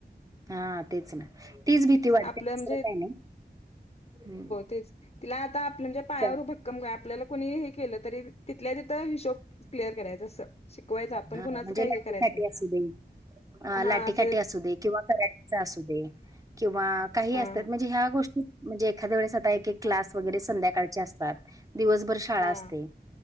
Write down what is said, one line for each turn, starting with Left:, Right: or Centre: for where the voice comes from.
Right: हां तेचं नां तीचं भीती वाटते
Left: आपलं
Right: असं
Left: म्हणजे
Right: दुसरं कायं नाहीं हं
Left: तिलां आंता आपल्यांच्या पायांवर
Right: त्या
Left: भक्कंम कायं कोणी हे केलं तरी तिथल्यां तिथं हिशोब क्लिअर करायचं असं शिकवायचं आपण
Right: म्हणजे
Left: कुणाचं काय
Right: लाठी
Left: हे करायचं
Right: काठी
Left: नाही
Right: अंसू दे
Left: हा
Right: लाटी
Left: असं
Right: काठी अंसू दे किंवा कराटे अंसू दे किंवा कांहीं
Left: हा
Right: असतांत म्हणजे ह्यां कांहीं गोष्टी म्हणजे एखांद्या वेळेसं एकेक क्लास
Left: हा
Right: वगैरें संध्याकांळचे असतांत दिवसंभरं शाळां
Left: हा
Right: असते